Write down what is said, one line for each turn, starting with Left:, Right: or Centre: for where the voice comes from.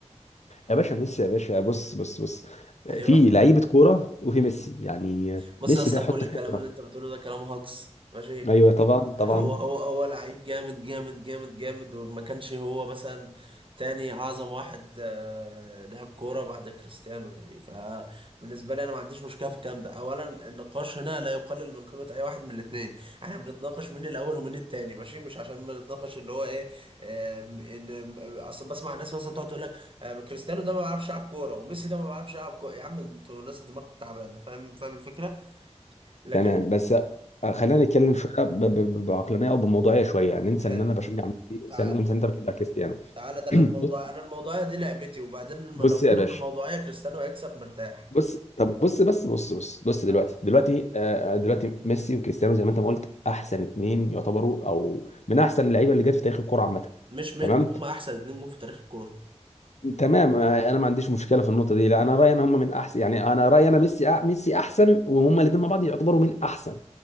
Left: يا باشا ميسي يا باشا بص بص بص
Right: <laughs> ايوه
Left: في لعيبه كوره وفي ميسي يعني
Right: بص
Left: ميسي
Right: يا اسطى
Left: ده حطه
Right: كل الكلام
Left: في حته
Right: اللي انت بتقوله ده كلام هجص ماشي
Left: ايوه طبعا طبعا
Right: هو هو هو لعيب جامد جامد جامد جامد وما كانش هو مثلا تاني اعظم واحد آه، لعب كوره بعد كريستيانو يعني فبالنسبه لي انا ما عنديش مشكله في الكلام ده اولا النقاش هنا لا يقلل من قيمه اي واحد من الاثنين احنا بنتناقش مين الاول ومين التاني ماشي مش عشان بنتناقش اللي هو ايه آه، ان اصل بسمع الناس مثلا تقعد تقول لك آه، كريستيانو ده ما بيعرفش يلعب كوره وميسي ده ما بيعرفش يلعب كوره يا عم انتوا ناس دماغكم تعبانه فاهم فاهم الفكره لكن
Left: تمام بس خلينا نتكلم شويه ب- ب- ب- بعقلانيه او بموضوعيه شويه ننسى
Right: حلو
Left: ان انا بشجع ميسي وننسى
Right: تعال
Left: وننسى إن انت بتشجع كريستيانو
Right: تعال
Left: <clears throat>
Right: ده انا
Left: بص
Right: الموضوع انا الموضوعيه دي لعبتي وبعدين الم-
Left: بص
Right: لو
Left: يا
Right: جينا
Left: باشا
Right: في الموضوعيه كريستيانو هيكسب مرتاح
Left: بص طب بص بس بص بص بص دلوقتي
Right: اه
Left: دلوقتي آه، دلوقتي ميسي وكريستيانو زي ما انت ما قلت احسن اتنين يعتبروا او من احسن اللعيبه اللي جت في تاريخ الكوره عامه
Right: مش من
Left: تمام
Right: هم احسن اتنين جون في تاريخ الكوره
Left: تمام آه، انا ما عنديش مشكله في النقطه دي لا انا رايي ان هم من احسن يعني انا رايي انا ميسي أح- ميسي احسن وهم الاثنين مع بعض يعتبروا من احسن